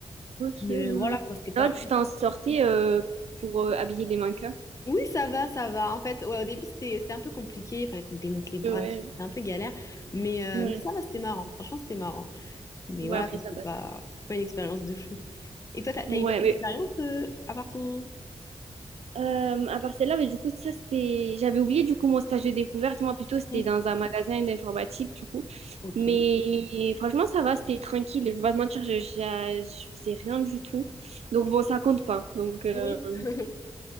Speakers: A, on the right; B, on the left.
A: ok,
B: Mais
A: ouais. ouais.
B: voilà, quoi, c'était pas
A: Là, tu t'en sortais euh, pour euh, habiller les mannequins.
B: Oui, ça va, ça va. En fait, ouais, au début, c'était c'était un peu compliqué. Il fallait qu'on démonte les bras,
A: Ouais.
B: et tout. c'était un peu galère. Mais, euh,
A: Ouais.
B: mais ça va, c'était marrant. Franchement, c'était marrant. Mais
A: Ouais,
B: voilà,
A: après
B: quoi, c'était
A: ça passe.
B: pas, c'était pas une expérience de fou. Et toi, t'as, t'as
A: Ouais,
B: une autre expérience euh, à part ton...
A: Euh, à part celle-là, mais du coup, ça, c'était... J'avais oublié, du coup, mon stage de découverte. Moi, plutôt, c'était
B: Mhm.
A: dans un magasin d'informatique, du coup.
B: Ok.
A: Mais franchement, ça va, c'était tranquille. Je vais pas te mentir, je, j'a- je, faisais rien du tout. Donc, bon, ça compte pas. Donc, euh,
B: Oui.
A: <laughs>
B: <laughs>